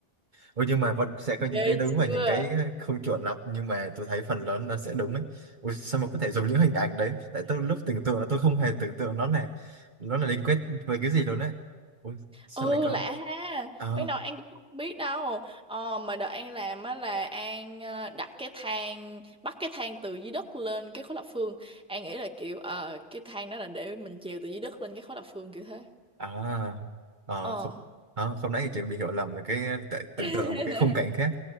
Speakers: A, on the right; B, in the centre.
A: Ôi, nhưng mà vẫn sẽ có những
B: ghê
A: cái đúng và
B: chưa
A: những cái không chuẩn lắm nhưng mà tôi thấy phần lớn nó sẽ đúng đấy. Ôi, sao mà có thể dùng những hình ảnh đấy? Tại tôi lúc tưởng tượng là tôi không hề tưởng tượng nó là nó là liên kết về cái gì luôn đấy. Ôi, sao
B: ừ
A: lại có?
B: lạ ha
A: À,
B: mấy nồi An cũng không biết đâu ờ, mà đợt An làm á là An ờ, đặt cái thang bắt cái thang từ dưới đất lên cái khối lập phương An nghĩ là kiểu ờ, cái thang đó là để mình trèo từ dưới đất lên cái khối lập phương kiểu thế
A: à, à
B: ờ
A: không, à, không nãy thì chị bị hiểu lầm là cái tại tưởng
B: <laughs>
A: tượng ở một cái khung cảnh khác.